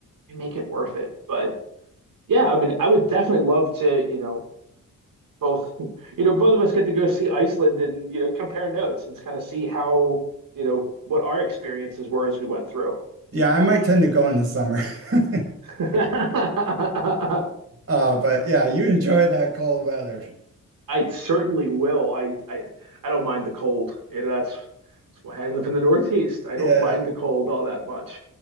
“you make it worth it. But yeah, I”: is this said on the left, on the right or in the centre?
Right